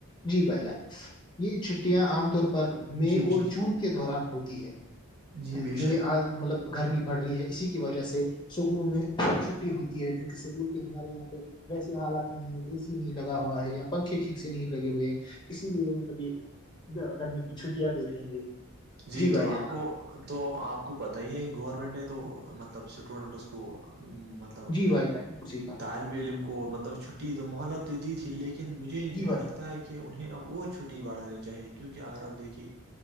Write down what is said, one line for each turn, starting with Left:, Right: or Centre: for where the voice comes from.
Left: جی بھائی جان یہ چھٹیاں عام طور پر مے
Right: جی
Left: اور
Right: جی
Left: جون کے دوران ہوتی ہے
Right: جی بے
Left: جو
Right: شک
Left: آج مطلب گرمی بڑھ رہی ہے اسی کی وجہ سے سکولوں میں چھٹی ہوتی ہے کیونکہ سکول کے ہمارے یہاں پہ ویسے حالات میں اے سی نہیں لگا ہوا ہے یا پنکھے ٹھیک سے نہیں لگے ہوئے اسی لیے مطلب یہ گرمی کی چھٹیاں دیتے ہیں یہ
Right: جی
Left: بھائی
Right: تو آپ
Left: جان
Right: کو تو آپ کو پتا ہی ہے گورنمنٹ نے تو مطلب اسٹوڈنٹس کو مطلب ب
Left: جی بھائی جان بالکل صحیح کہا آپ
Right: طالب
Left: نے
Right: علم کو مطلب چھٹی تو مہلت تو دی تھی لیکن مجھے
Left: جی بھائی
Right: لگتا ہے کہ انہیں اب اور چھٹی بڑھانی چاہیے کیونک اگر آپ دیکھیے